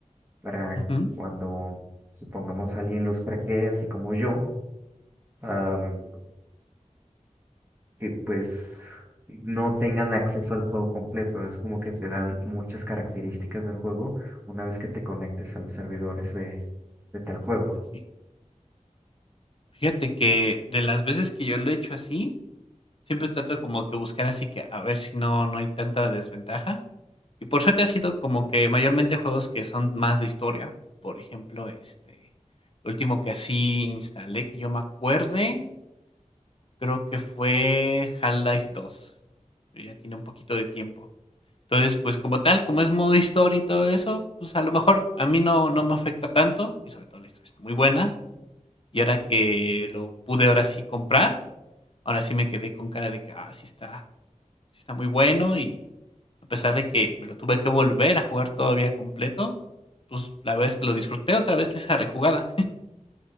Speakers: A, on the right; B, on the left.
A: para
B: Ujú.
A: cuando supongamos alguien los craquee, así como yo, am, que pues no tengan acceso al juego completo. Es como que te dan muchas características del juego una vez que te conectes a los servidores de, de tal juego.
B: Fi fíjate que de las veces que yo lo he hecho así, siempre trato como que buscar así que a ver si no no hay tanta desventaja. Y por suerte ha sido como que mayormente juegos que son más de historia. Por ejemplo, este, último que así instalé, que yo me acuerde, creo que fue Half-Life dos, pero ya tiene un poquito de tiempo. Entonces, pues, como tal, como es modo historia y todo eso, pues, a lo mejor a mí no no me afecta tanto, y sobre todo la historia está muy buena. Y ahora que lo pude ahora sí comprar, ahora sí me quedé con cara de que, ah, sí está sí está muy bueno, y a pesar de que me lo tuve que volver a jugar todavía completo, pues, la verdad es que lo disfruté otra vez esa rejugada.